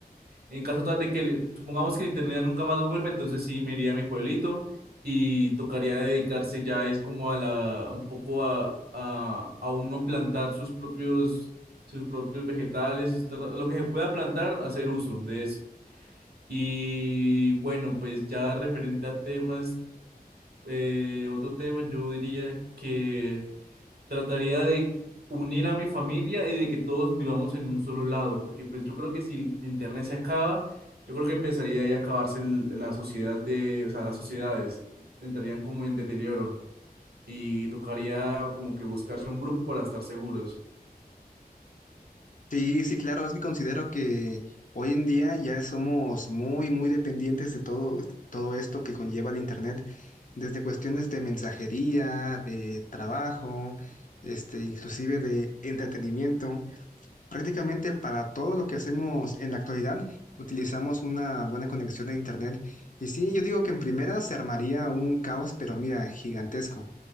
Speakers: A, on the right (about 75°); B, on the left (about 55°).
A: en caso tal de que, le- supongamos que el internet ya nunca más vuelve, entonces sí, me iría a mi pueblito y tocaría dedicarse ya es como a la, un poco a, a, a uno plantar sus propios, sus propios vegetales, tratar- lo que se pueda plantar, hacer uso de eso. Y bueno, pues ya referente a temas, eh, otro tema, yo diría que trataría de unir a mi familia y de que todos vivamos en un solo lado, porque pues yo creo que si el internet se acaba, yo creo que empezaría ahí a acabarse el- la sociedad de, o sea, las sociedades entrarían como en deterioro y tocaría como que buscarse un grupo para estar seguros.
B: Sí, sí, claro, es que considero que hoy en día ya somos muy, muy dependientes de todo, todo esto que conlleva el Internet, desde cuestiones de mensajería, de trabajo, este, inclusive de entretenimiento. Prácticamente para todo lo que hacemos en la actualidad utilizamos una buena conexión a Internet. Y sí, yo digo que en primera se armaría un caos, pero mira, gigantesco